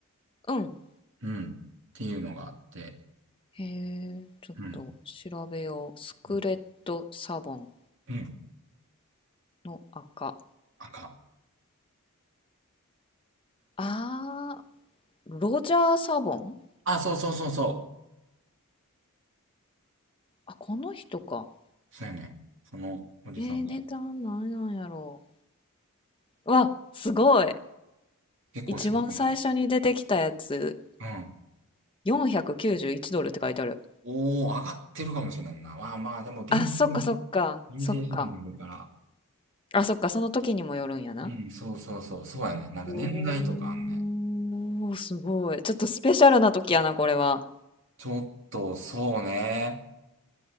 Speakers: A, on the left; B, on the right.
A: うん。
B: うん、っていうのがあって、
A: へえ、ちょっと調べよう。
B: うん。
A: スクレットサボン
B: うんうん
A: の赤。
B: あか。
A: あー、ロジャーサボン
B: あ、そうそうそうそ
A: あ、この人か。
B: う。そうやね。そのおじさんが。
A: えー、値段何なんやろう。わ、すごい。
B: 結構すごいね。
A: 一番最初に出てきたやつ。
B: うん。
A: 491ドルって書いてある。
B: おー、上がってるかもしれんな。まあまあ、でも、ヴィンテージにも、
A: あ、そっかそっか。
B: ヴィンテージにもいるから。
A: そっか。あ、そっか。その時にもよるんやな。
B: うん、そうそうそう。そうやね。なんか年代とかあんね。
A: おー、すごい。ちょっとスペシャルな時やな、これは。
B: ちょっと、そうね。